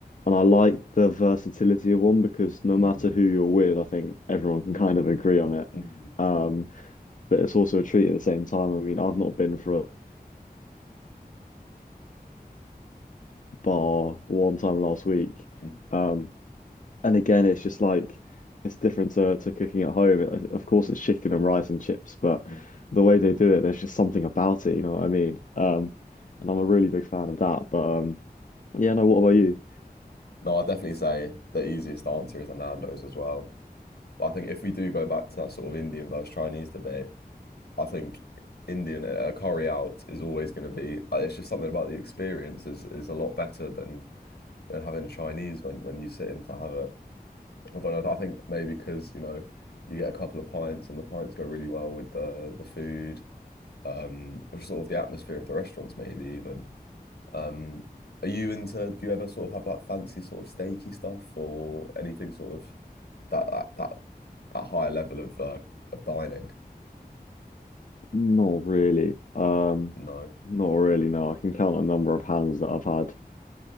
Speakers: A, on the left; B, on the left.
A: and I like the versatility of one because no
B: Mm,
A: matter who you're with, I think everyone can kind of agree on it.
B: mm,
A: Um, but it's also a treat at the same time. I mean, I've not been for a bar one time last week.
B: mm,
A: Um, and again, it's just like it's different to, to cooking at home. It- Of course, it's chicken and rice and chips, but
B: mm.
A: the way they do it, there's just something about it. You know what I mean? Um, and I'm a really big fan of that. But um, yeah, no. What about you?
B: No, I definitely say the easiest answer is a Nando's as well. But I think if we do go back to that sort of Indian versus Chinese debate, I think Indian at a curry out is always going to be. uh, It's just something about the experience is is a lot better than than having a Chinese when when you sit in to have it. I don't know. I think maybe because you know you get a couple of pints and the pints go really well with the the food, um, or sort of the atmosphere of the restaurants maybe even. Um, are you into? Do you ever sort of have like fancy sort of steaky stuff or anything sort of that that that, that higher level of uh, of dining?
A: Not really. Um,
B: No.
A: not really. No, I can count a number of hands that I've had.